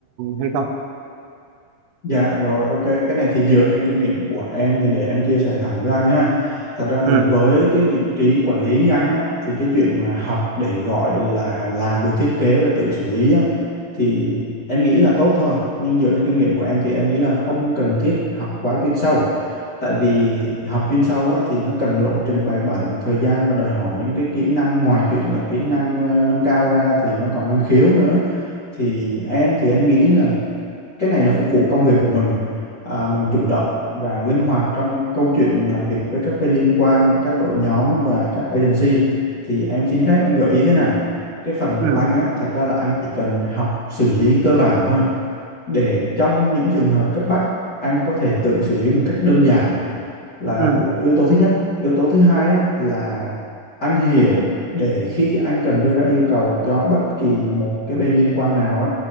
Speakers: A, on the right; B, on the left.
A: hay không
B: Dạ rồi ok cái này thì dựa trên kinh nghiệm của em thì để em chia sẻ thẳng với anh ha thật ra thì
A: ừ
B: với cái vị trí quản lý như anh á thì cái chuyện mà học để gọi là làm được thiết kế và tự xử lý á thì em nghĩ là tốt thôi nhưng dựa trên kinh nghiệm của em thì em nghĩ là không cần thiết học quá chuyên sâu tại vì học chuyên sâu á thì nó cần lộ trình bài bản và thời gian và đòi hỏi những cái kỹ năng ngoài chuyện là kỹ năng ờ, nâng cao ra thì nó còn năng khiếu nữa thì em thì em nghĩ là cái này là phục vụ công việc của mình à, mình chủ động và linh hoạt trong câu chuyện mình làm việc với các bên liên quan các đội nhóm và các agency thì em xin phép em gợi ý thế này cái phần của
A: ừ
B: anh á thật ra là anh chỉ cần học xử lý cơ bản thôi để trong những trường hợp cấp bách anh có thể tự xử lý một cách đơn giản là
A: ừ
B: yếu tố thứ nhất yếu tố thứ hai á, là anh hiểu để khi anh cần đưa ra yêu cầu cho bất kỳ một cái bên liên quan nào á